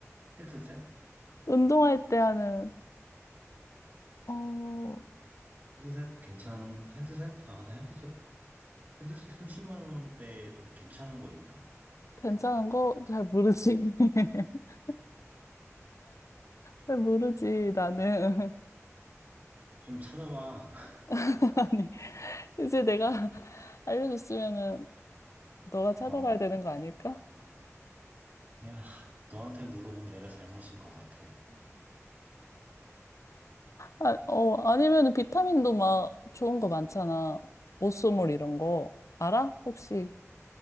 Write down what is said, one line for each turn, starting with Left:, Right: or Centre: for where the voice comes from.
Right: 헤드셋?
Left: 운동할 때 하는, 어,
Right: 헤드셋 괜찮은, 헤드셋? 아, 근데 헤드셋, 헤드셋 30만 원대에 좀 괜찮은 거 있나?
Left: 괜찮은 거 잘 모르지.
Right: 어,
Left: <laughs> 잘 모르지, 나는.
Right: 좀 찾아봐. <laughs>
Left: <laughs> 아니, 이제 내가 <laughs> 알려줬으면은 너가 찾아봐야
Right: 어,
Left: 되는 거 아닐까?
Right: 야, 너한테 물어본 내가 잘못인 것 같아.
Left: 아, 어, 아니면은 비타민도 막 좋은 거 많잖아. 오쏘물 이런 거. 알아? 혹시?